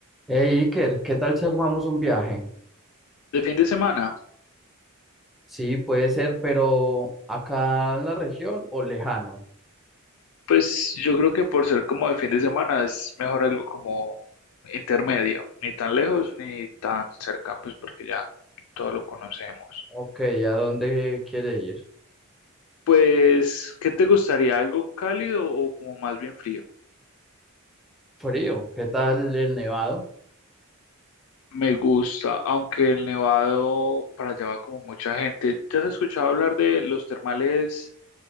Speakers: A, in the centre; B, on the left.
A: Hey Iker, ¿qué tal si armamos un viaje?
B: De fin de semana,
A: Sí, puede ser, pero acá en la región o lejano.
B: pues yo creo que por ser como de fin de semana es mejor algo como intermedio, ni tan lejos ni tan cerca, pues porque ya todo lo conocemos.
A: Ok, ¿a dónde quiere ir?
B: Pues, ¿qué te gustaría? ¿Algo cálido o como más bien frío?
A: Frío, ¿qué tal el nevado?
B: Me gusta, aunque el Nevado para allá va como mucha gente. ¿Ya has escuchado hablar de los termales?